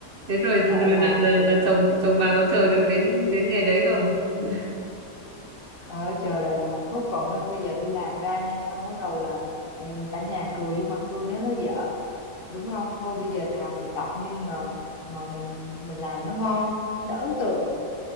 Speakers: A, on the right; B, on the left.
A: thế rồi rồi
B: sợ
A: là,
B: làm
A: là
B: rồi
A: là chồng chồng bà
B: ngu-
A: có chờ được đến đến ngày đấy không <laughs>
B: bà chờ đợi là hạnh phúc còn hơn bây giờ tôi làm ra nha xong bắt đầu là ừ, cả nhà cười vô mặt tôi nếu nó dở đúng không thôi bây giờ thà mình chọc nhưng mà mà mình mình làm nó ngon nó ấn tượng